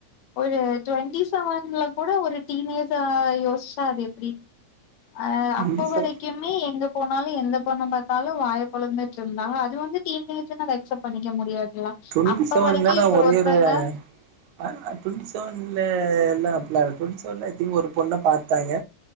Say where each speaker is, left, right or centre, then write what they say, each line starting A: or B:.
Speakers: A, on the left; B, on the right.
A: ஒரு டொண்ட்டி செவன்ல கூட ஒரு டீன் ஏஜா யோசிச்சா அது எப்டி அ அப்ப
B: டுவெண்ட்டி
A: வரைக்குமே
B: செவன்
A: எங்க போனாலு எந்த பொண்ண பாத்தாலு வாய பொழுந்துட்டு இருந்தா அது வந்து <unintelligible> அக்சப்ட் பண்ணிக்க முடியாது <unintelligible>
B: டுவெண்ட்டி
A: அப்ப
B: செவன்லலா
A: வரைக்கு இப்ப
B: ஒரே
A: ஒருத்தங்க
B: ஒரு ஆ டுவெண்டி செவன்ல எல்லா அப்டிலா இருக்கு சொன்ன ஐ திங்க் ஒரு பொண்ணை பாத்தங்க